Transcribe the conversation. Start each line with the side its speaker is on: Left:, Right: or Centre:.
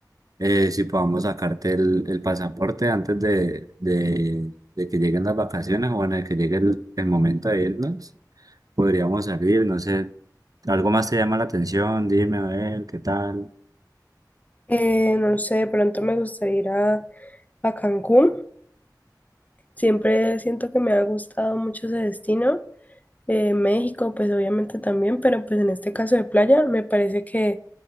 Right: eh, si podamos sacarte el, el pasaporte antes de, de, de que lleguen las vacaciones o bueno, de que llegue el, el momento de irnos, podríamos salir, no sé, algo más te llama la atención, dime a ver qué tal,
Left: Eh, no sé, de pronto me gustaría ir a, a Cancún, siempre siento que me ha gustado mucho ese destino, Eh, México pues obviamente también, pero pues en este caso de playa me parece que